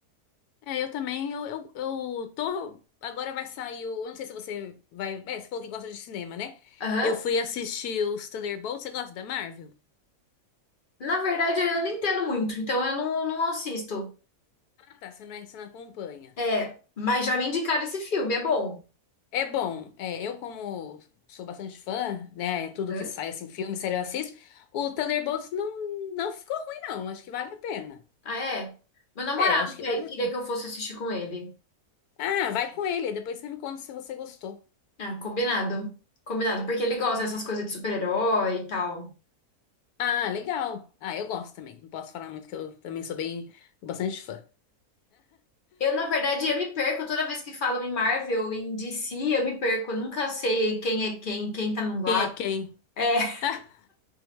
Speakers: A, on the left; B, on the left.
A: É, eu também, eu, eu, eu tô. Agora vai sair o. Eu não sei se você vai. É, você falou que gosta de cinema, né?
B: Aham.
A: Eu fui assistir os Thunderbolts. Você gosta da Marvel?
B: Na verdade, eu não entendo muito, então eu não, não assisto.
A: Ah, tá, você não, é- você não acompanha.
B: É, mas já me indicaram esse filme, é bom.
A: É bom, é, eu como sou bastante fã, né, é tudo
B: Hã?
A: que sai, assim, filme, série eu assisto, o Thunderbolts não, não ficou ruim, não, acho que vale a pena.
B: Ah, é? Meu namorado
A: É, eu acho
B: que-
A: que vale
B: queria
A: a pena.
B: que eu fosse assistir com ele.
A: Ah, vai com ele, depois você me conta se você gostou.
B: Ah, combinado. Combinado, porque ele gosta dessas coisas de super-herói e tal.
A: Ah, legal. Ah, eu gosto também, não posso falar muito que eu também sou bem, sou bastante fã.
B: Eu, na verdade, eu me perco toda vez que falam em Marvel, em DC, eu me perco. Eu nunca sei quem é quem, quem tá num lado.
A: Quem é quem?
B: É, <laughs>
A: <laughs>